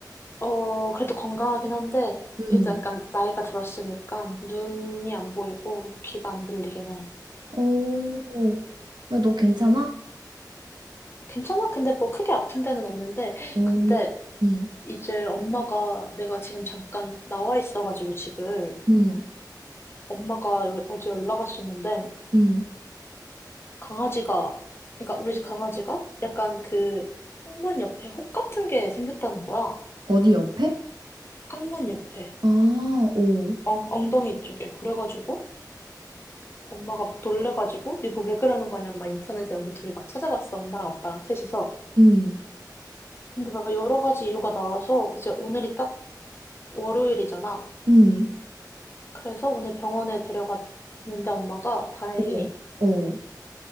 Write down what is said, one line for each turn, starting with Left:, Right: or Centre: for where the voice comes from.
Left: 어 그래도 건강하긴 한데
Right: 응.
Left: 이제 약간 나이가 들었으니까 눈이 안 보이고 귀가 안 들리긴 해.
Right: 오, 야, 너 괜찮아?
Left: 괜찮아? 근데 뭐 크게 아픈 데는 없는데,
Right: 오,
Left: 근데
Right: 응,
Left: 이제 엄마가 내가 지금 잠깐 나와 있어가지고 집을
Right: 응,
Left: 엄마가 요- 어제 연락 왔었는데
Right: 응.
Left: 강아지가, 그러니까 우리 집 강아지가 약간 그 항문 옆에 혹 같은 게 생겼다는 거야.
Right: 어디 옆에?
Left: 항문 옆에
Right: 아, 오,
Left: 엉, 엉덩이 쪽에 그래가지고 엄마가 막 놀래가지고 이거 왜 그러는 거냐고 막 인터넷에 우리 둘이 막 찾아봤어. 엄마랑 아빠랑 셋이서.
Right: 응,
Left: 근데 막 여러 가지 이유가 나와서 이제 오늘이 딱 월요일이잖아.
Right: 응.
Left: 그래서 오늘 병원에 데려갔는데 엄마가 다행히
Right: 오, 오.